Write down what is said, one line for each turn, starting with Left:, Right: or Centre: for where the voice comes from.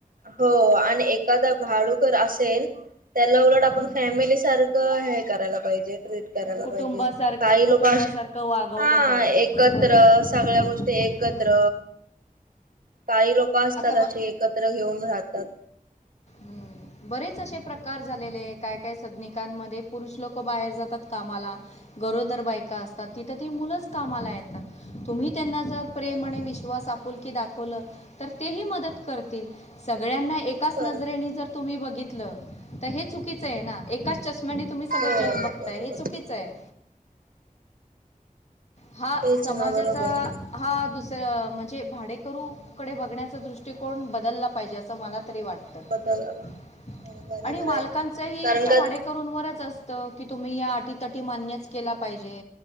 Right: हो आणि एखादा भाडुकर असेल <unintelligible> त्याला उलट आपण
Left: हं.
Right: फॅमिली सारखं हे करायला पाहिजे ट्रीट <unintelligible> कराय
Left: कुटुंबासारखं
Right: पाहिजे काही
Left: कुटुंबासारखं
Right: लोक
Left: वागवलं
Right: हा
Left: पाहिजे
Right: एकत्र
Left: बरोबर आहे
Right: <unintelligible> सगळ्या गोष्टी एकत्र
Left: हं.
Right: काही लोक असतात
Left: आता बघ
Right: असे <unintelligible> एकत्र घेऊन राहतात
Left: ह बरेच असे प्रकार झालेले आहे काय काय सदनिकांमध्ये पुरुष लोक बाहेर जातात कामाला गरोदर बायका असतात तिथं ती, मुलंच कामाला येतात <unintelligible> तुम्ही त्यांना जर प्रेम
Right: हो
Left: आणि विश्वास आप पुलकी दाखवलं तर तेही मदत करतील सगळ्यांना एकाच
Right: बर
Left: नजरेने जर <unintelligible> तुम्ही बघितलं तर हे चुकीचं आहे ना एकाच चष्माने तुम्ही <unintelligible> सगळं
Right: हो
Left: जग बघतयं
Right: बरोबर
Left: हे चुकीचं आहे हा
Right: तेच
Left: समाजाचा
Right: ना बरोबर
Left: हा दुसर म्हणजे भाडेकरूकडे बघण्याचा <unintelligible> तुमचा, दृष्टिकोन बदलला पाहिजे असं मला तरी वाटतं
Right: बदल हो
Left: <unintelligible>
Right: बरोबर
Left: आणि
Right: आहे
Left: मालकांच ह
Right: कारण
Left: त्या
Right: का
Left: भाड्ये करून वर ठी मानअसतं की तुम्ही या अटीतटी मान्यच केला पाहिजे